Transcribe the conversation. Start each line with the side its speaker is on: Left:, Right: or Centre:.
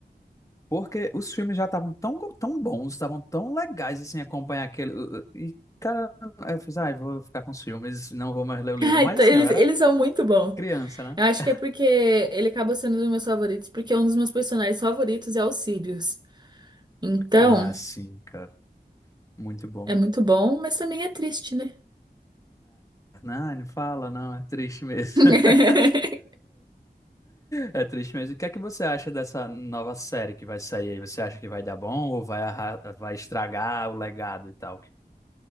Left: Porque os filmes já estavam tão, go- tão bons, estavam tão legais assim, acompanhar aquele. uh, uh, E, cara, eu fiz, ai, vou ficar com os filmes, não vou mais ler o
Right: <laughs>
Left: livro.
Right: Ah,
Left: Mas
Right: Então,
Left: assim,
Right: Eles,
Left: eu era
Right: eles são muito bons.
Left: criança, né?
Right: Eu acho que é porque ele acaba sendo um dos meus favoritos, porque é um dos meus personagens favoritos é o Sirius. Então,
Left: Ah, sim, cara. Muito bom.
Right: é muito bom, mas também é triste, né?
Left: Não, não fala, não, é triste mesmo.
Right: <laughs>
Left: <laughs> É triste mesmo. O que é que você acha dessa nova série que vai sair aí? Você acha que vai dar bom ou vai, arra- vai estragar o legado e tal?